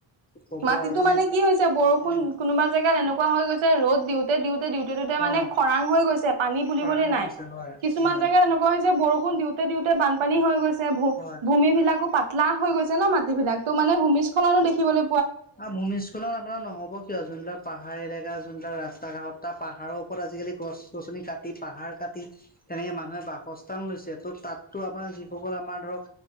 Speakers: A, on the left (about 20°); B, on the right (about 75°).
A: ক'ব
B: মাটিতো
A: আৰু
B: মানে কি হৈছে বৰষুণ
A: উম
B: কোনোবা জেগাত এনেকুৱা হৈ গৈছে ৰ'দ দিওঁ তে দিওঁতে দিওঁতে দিওঁতে মানে
A: অ
B: খৰাং হৈ গৈছে পানী বুলিবলৈ
A: খৰাঙো
B: নাই
A: আছে হয়
B: কিছুমান
A: হয়
B: জেগাত এনুক কুৱা হৈছে বৰষুণ দিওঁতে দিওঁতে বানপানী হৈ গৈছে ভু
A: হয়
B: ভূমি বিলাকো পাতলা হৈ গৈছে ন মাত টি বিলাক তো মান ভূমিস্খলনো দেখিবলে
A: আ ভূমিস্ চলন আপোনাৰ নহ'ব কিয় যোনবিলাক স্খলন আপোনাৰ নহব কিয় যোনবিলাক পাহাৰ এলেকা যোনবিলাক ৰাস্তা কাষত তা পাহাৰৰ ওপৰত আজিকালি গছ গছনি কাট টি পাহাৰ কাটি তেনেকে মানুহে বাসস্থান লৈছে ত' তাতো আমাৰ যিসকল আমাৰ ধৰক